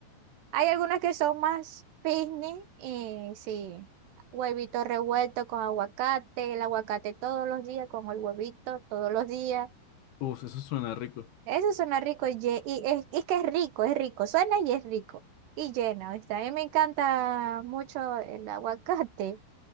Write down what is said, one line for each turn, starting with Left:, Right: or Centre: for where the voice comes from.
Right: Hay algunas que son más picnic y sí, huevito revuelto con aguacate, el aguacate todos los días con el huevito todos los días.
Left: Uf, eso suena rico.
Right: Eso suena rico y, lle- y es, y es que es rico, es rico, suena y es rico y llena. ¿viste? A mí me encanta mucho el aguacate.